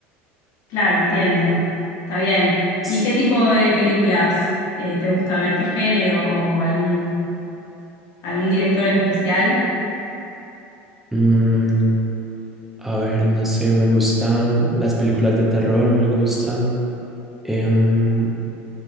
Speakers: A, on the left; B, in the centre.
A: Claro, entiendo. Está bien. ¿Y
B: S-
A: qué tipo de películas eh, te gusta ver? ¿Qué género o algún, algún director en especial?
B: mm, a ver, no sé, me gustan las películas de terror, me gustan. Em,